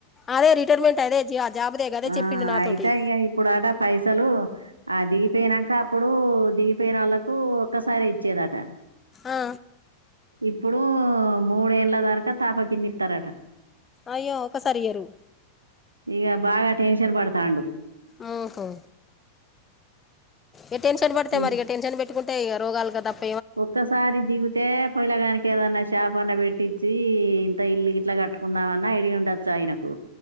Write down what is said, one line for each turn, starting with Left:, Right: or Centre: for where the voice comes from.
Left: అదే రిటైర్మెంట్ అదే జాబ్దే కాద
Right: ఆ
Left: చెప్పిండు నాతోటి
Right: అయితే ఇగ ఇప్పుడట పైసలు ఆ దిగిపోయినాక అప్పుడు దిగిపోయిన వాళ్ళకు కూ ఒక్కసారే ఇచ్చేదట
Left: ఆ.
Right: ఇప్పుడు మూడేళ్ల దరకా తాప కిన్ని ఇస్తారట
Left: అయ్యో ఒకసారి ఇయరు
Right: ఇగ బాగా టెన్షన్ బడతాండు
Left: ఒహో ఇగ టెన్షన్ పడితే
Right: ఇం-
Left: మరి ఇగ టెన్షన్ పెట్టుకుంట ఇగ రోగాలు కదాప్
Right: ఒక్కసారి దిగితే పొలగానికి ఏదన్నా షాపు అన్న పెట్టిచి ఈ ఇంత ఇల్లు ఇట్లా కట్టుకుందామన్నా ఐడియ ఉండొచ్చు ఆయనకు